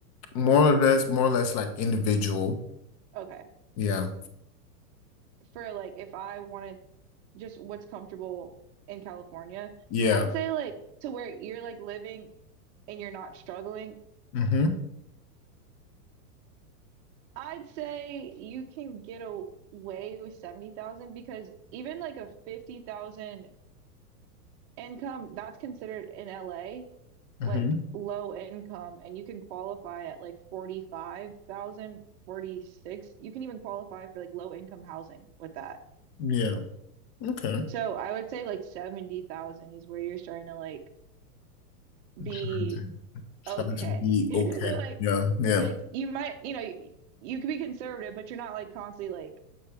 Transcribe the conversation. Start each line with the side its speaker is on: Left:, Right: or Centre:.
Left: more or less more or less like individual.
Right: Okay.
Left: Yeah.
Right: For like if I wanted just what's comfortable in California,
Left: Yeah.
Right: I'd say like to where you're like living and you're not struggling,
Left: Mm-hmm.
Right: I'd say you can get away with 70,000 because even like a 50,000 income, that's considered in LA.
Left: Mm-hmm.
Right: like low income and you can qualify at like 45,000, 46. You can even qualify for like low income housing with that.
Left: Yeah. Okay.
Right: So I would say like 70,000 is where you're starting to like be
Left: I'm starting to starting
Right: okay.
Left: to be
Right: <laughs> Like
Left: okay. Yeah. Yeah.
Right: like you might, you know, you, you could be conservative, but you're not like constantly like